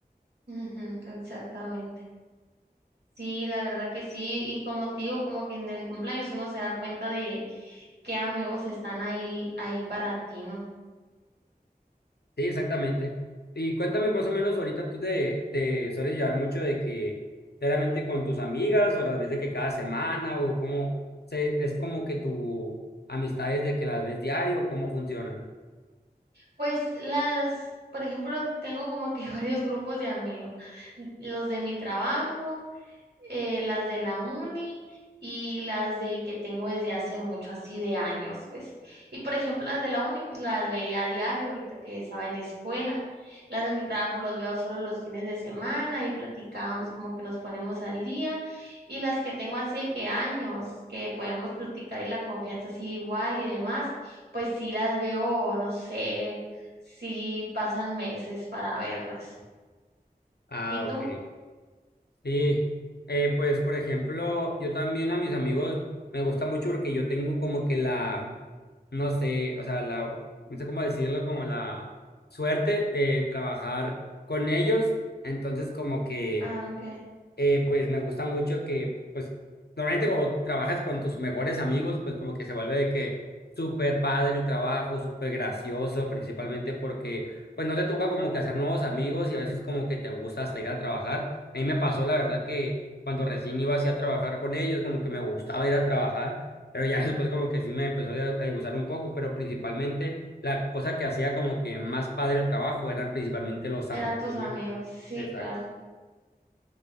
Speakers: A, on the right; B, on the left.
A: Ujú, exactamente. Sí, la verdad que sí, y como te digo, como que en el cumpleaños uno se da cuenta de qué amigos están ahí, ahí para ti, ¿no?
B: Sí, exactamente. Y cuéntame más o menos, ahorita tú te, te sueles llevar mucho de que claramente con tus amigas o las ves de que cada semana o cómo se, es como que tu amistad es de que las ves diario, cómo funcionan.
A: Pues las, por ejemplo, tengo como que <laughs> varios grupos de amigos, los de mi trabajo. eh, las de la uni y las de que tengo desde hace mucho, así de años, pues. Y por ejemplo, las de la uni, pues las veía a diario, ahorita que estaba en escuela. Las de mi trabajo los veo solo los fines de semana y platicamos como que nos ponemos al día. Y las que tengo así de que años, que podemos platicar y la confianza así igual y demás, pues sí las veo, no sé, si pasan meses para verlas.
B: Ah,
A: ¿Y tú?
B: ok. Sí. Eh, pues por ejemplo, yo también a mis amigos me gusta mucho porque yo tengo como que la, no sé, o sea, la, no sé cómo decirlo, como la suerte de trabajar con ellos. Entonces como que...
A: Ah, ok.
B: eh, pues me gusta mucho que, pues, normalmente cuando trabajas con tus mejores amigos, pues como que se vuelve de que súper padre el trabajo, súper gracioso, principalmente porque, pues, no te toca como que hacer nuevos amigos y a veces como que te gusta hasta ir a trabajar. A mí me pasó, la verdad, que cuando recién iba así a trabajar con ellos, como que me gustaba ir a trabajar, pero ya <laughs> después como que sí me empezó a a gustar un poco, pero principalmente la cosa que hacía como que más padre el trabajo eran principalmente los
A: Eran
B: amigos,
A: tus amigos.
B: ¿no?
A: Sí,
B: Exacto.
A: claro.